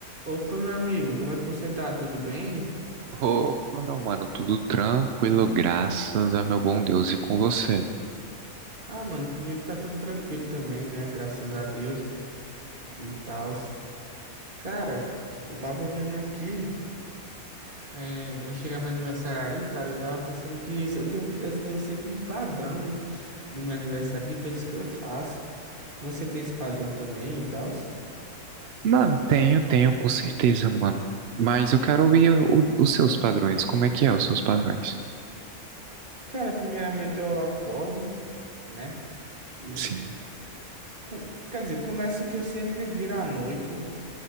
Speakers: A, on the right; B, on the right.
A: Opa, meu amigo, como é que você tá? Tudo bem?
B: Opa, meu mano, tudo tranquilo, graças a meu bom Deus e com você.
A: Ah, mano, comigo tá tudo tranquilo também, né? Graças a Deus e tal. Cara, eu tava vendo aqui, é, vai chegar meu aniversário aí, cara, e eu tava pensando que isso- eu tenho, eu tenho sempre um padrão no meu aniversário de coisas que eu faço. Você tem esse padrão também e tal?
B: Mano, tenho, tenho, com certeza, mano. Mas eu quero ouvir o- os seus padrões. Como é que é os seus padrões?
A: Cara, primeiramente eu acordo, né? E
B: Sim,
A: com- quer dizer, começa que eu sempre viro à noite,